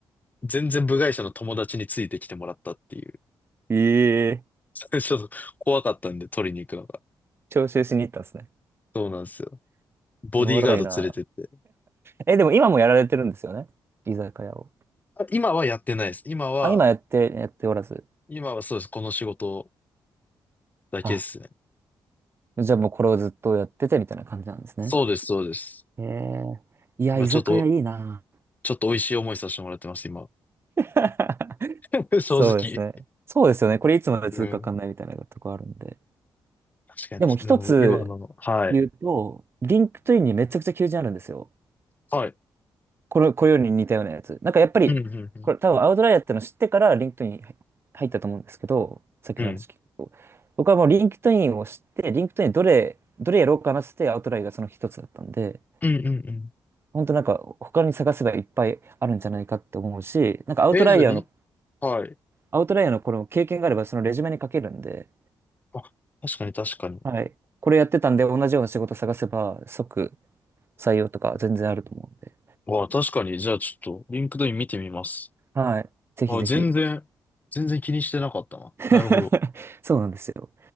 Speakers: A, on the left (about 20°); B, on the right (about 30°).
A: 全然部外者の友達についてきてもらったっていう。
B: ええ
A: <laughs> 最初、怖かったんで取りに行くのが。
B: 徴収しに行ったんですね。
A: そうなんですよ。ボディーガード連れてって。
B: おもろいな。え、でも今もやられてるんですよね。居酒屋を。
A: あ今はやってないです。今は、
B: あ、今やって、やっておらず。
A: 今はそうです。この仕事だけですね。
B: あ、じゃあもうこれをずっとやっててみたいな感じなんですね。
A: そうです、そうです。
B: へえ。いや、
A: まあちょっと
B: 居酒屋いいな。
A: ちょっと美味しい思いさせてもらってます、今。
B: <laughs>
A: <laughs> 正直。
B: そうですね。そうですよね。これいつまで続くかわかんないみたいなとこあるんで。
A: うん。確かに確かに。
B: でも一つ
A: でも今の、はい。
B: 言うと、リンクトインにめちゃくちゃ求人あるんですよ。
A: はい。
B: これ、これより似たようなやつ。なんかやっぱり、
A: うん、うん、
B: これ多分アウトライヤーってのを知ってからリンクトイン入入ったと思うんですけど、さっきの話聞くと。
A: うん。うん。
B: 僕はもうリンクトインを知って、リンクトインどれ、どれやろうかなって言ってアウトライヤーがその一つだったんで、
A: うん、うん、うん。
B: 本当なんか他に探せばいっぱいあるんじゃないかって思うし、なんかアウトライヤーの、
A: えー、じゃあリはい。
B: アウトライヤーのこの経験があればそのレジュメに書けるんで、
A: あ、確かに確かに。
B: はい。これやってたんで同じような仕事探せば即採用とか全然あると思うんで、
A: わあ、確かに。じゃあちょっと、リンクドイン見てみます。
B: はい。ぜひぜひ。
A: あ、全然、全然気にしてなかったな。
B: <laughs>
A: なるほど。
B: そうなんですよ。